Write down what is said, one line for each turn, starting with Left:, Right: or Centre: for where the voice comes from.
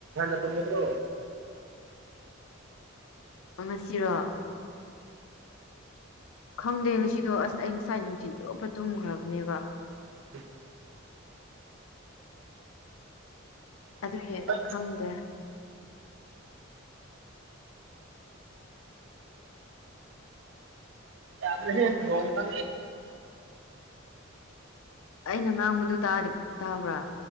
Right: ꯅ ꯇꯉꯗ꯭ꯔꯣ
Left: ꯉꯁꯤꯔꯣ ꯈꯪꯗꯦ ꯉꯁꯤꯗꯣ ꯑꯁ ꯑꯩ ꯉꯁꯥꯏ ꯅꯨꯡꯊꯤꯟ ꯆꯨꯞꯄ ꯇꯨꯝꯈ꯭ꯔꯕꯅꯦꯕ꯫
Right: ꯎꯝ
Left: ꯑꯗꯨꯒꯤ
Right: ꯑꯁ
Left: ꯈꯪꯗꯦ
Right: ꯌꯥꯗ꯭ꯔꯦ ꯍꯦ ꯂꯣꯟ ꯐ
Left: ꯑꯩꯅ ꯉꯥꯡꯕꯗꯨ ꯇꯗꯤ ꯇꯥꯕ꯭ꯔꯥ